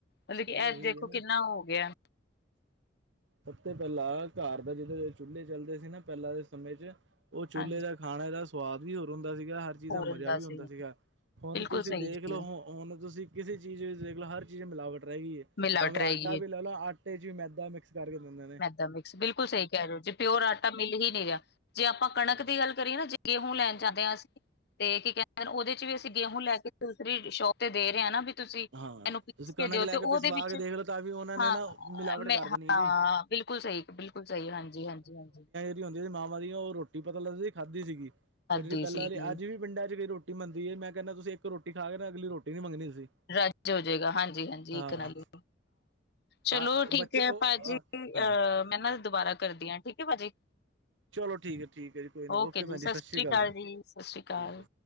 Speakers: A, on the left; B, on the right.
A: ਮਤਲਬ ਕਿ
B: ਗੱਲ
A: ਇਹ
B: ਓਹੀ
A: ਦੇਖੋ
B: ਏ ਨਾ।
A: ਕਿੰਨਾ ਹੋ ਗਿਆ
B: ਸਭ ਤੋਂ ਪੈਲਾਂ ਘਰ ਦਾ ਜਦੋਂ ਚੁਲੇ ਚੱਲਦੇ ਸੀ ਨਾ ਪੈਲਾਂ ਦੇ ਸਮੇਂ ਚ ਓ ਚੁਲੇ
A: ਹਾਂਜੀ
B: ਦਾ ਖਾਣਾ ਦਾ ਸਵਾਦ ਵੀ ਹੋਰ ਹੁੰਦਾ ਸੀਗਾ ਹਰ ਚੀਜ਼
A: ਫੋਰਨ
B: ਦਾ ਮਜ਼ਾ ਵੀ
A: ਸੀ
B: ਔਦਾ ਸੀਗਾ ਹੁਣ
A: ਬਿਲਕੁਲ
B: ਤੁਸੀਂ
A: ਸਹੀ
B: ਦੇਖ
A: ਜੀ
B: ਲੋ ਹ ਹੁਣ ਤੁਸੀਂ ਕੀਸੀ ਚੀਜ਼ ਵਿੱਚ ਦੇਖ ਲੋਓ ਹਰ ਚੀਜ਼ ਮੀਲਾਵਟ ਰੈ ਗਈ ਐ
A: ਮਿਲਾਵਟ
B: ਭਾਵੇਂ
A: ਰਹੇਗੀ
B: ਆਟਾ ਵੀ ਲੈ ਲਓ ਆਟੇ ਚ ਵੀ ਮੈਦਾ ਮੀਕਸ ਕਰ ਵੀ ਦੇਂਦੇ
A: ਮੈਂਦਾਂ ਮੀਕਸ ਬਿਲਕੁਲ ਸਈ ਕੈ ਰਏ ਓ ਜੇ ਪੀਓਰ ਆਟਾ ਮਿਲ ਈ ਨਈ ਰੇਆਲਜੇ ਆਪਾਂ
B: ਹਾਂ।
A: ਕਣਕ ਦੀ ਗੱਲ ਕਰੀਏ ਨਾ ਗੇਹੂ ਲੈਣ ਜਾਂਦੇ ਆ ਅਸ ਤੇ ਕੀ ਕੈਂਦੇ ਓਦੇ ਚ ਵੀ ਅਸੀਂ ਗੇਹੂ ਲੈ ਕੇ ਦੀ ਸ਼ੋਪ ਤੇ ਦੇ ਰਏ ਆ ਨਾ ਵੀ ਤੁਸੀਂ
B: ਹਾਂ
A: ਐ, ਨੂੰ ਪੀਸ
B: ਤੁਸੀਂ ਕਣਕ
A: ਕੇ ਦਿਓ
B: ਲੈ
A: ਤੇ
B: ਪਿਸਵਾ
A: ਓਦੇ ਵਿੱਚ,
B: ਕੇ ਦੇਖ ਲਓ ਤਾਂ ਵੀ ਉਹਨਾਂ ਨੇ
A: ਹਾਂ
B: ਨਾ ਮਿਲਾਵਟ
A: ਮੈਂ
B: ਕਰ ਦੇਣੀ
A: ਹਾਂ
B: ਹੈ ਜੀ।
A: ਬਿਲਕੁਲ ਸਈ ਬਿਲਕੁਲ ਸਈ ਹਾਂਜੀ-ਹਾਂਜੀ-ਹਾਂਜੀ।
B: ਹੁੰਦੀ ਸੀ ਮਾ ਦੀ ਓ ਰੋਟੀ ਪਤਾ ਲੱਗਦੀ ਸੀ ਖਾਧੀ ਸੀਗੀ
A: ਹੱਦ
B: ਓ ਜੇੜੀ
A: ਹੀ
B: ਪੈਲਾਂ
A: ਸੀਗੀ
B: ਵਾਲੀ ਅੱਜ ਵੀ ਪਿੰਡਾਂ ਚ ਕਈ ਰੋਟੀ ਰੋ ਬੰਦੀ ਹੈ ਮੈਂ ਕੈਂਨਾ ਤੁਸੀ ਏਕ ਰੋਟੀ ਖਾ ਕੇ ਨਾ ਅਗਲੀ ਰੋਟੀ ਨੀ ਮੰਗਣੀ ਤੁਸੀਂ।
A: ਰੱਜ ਹੋਜੇਗਾ ਹਾਂ ਹਾਂਜੀ-ਹਾਂਜੀ
B: ਹਾਂ
A: ਏ ਤੇ ਹੈ ਈ ਏ ਚਲੋ
B: ਆ
A: ਠੀਕ
B: ਬੱਚੇ ਉਹ
A: ਐ ਭਾਜੀ
B: ਹਾਂ
A: ਆ ਮੈਂ ਨਾ ਦੁਬਾਰਾ ਕਰਦੀਆਂ ਠੀਕ ਆ ਠੀਕ ਆ ਭਾਜੀ।
B: ਚਲੋ ਠੀਕ ਹੈ ਠੀਕ ਹੈ ਜੀ ਕੋਈ ਨਹੀਂ
A: ਓਕੇ ਜੀ,
B: ਭੈਣ
A: ਸਸਰੀ
B: ਸਤਿ ਸ਼੍ਰੀ ਅਕਾਲ
A: ਕਾਲ ਜੀ ਸਾਸੀ
B: ਠੀਕ
A: ਅਕਾਲ।
B: ਸਤਿ ਸ਼੍ਰੀ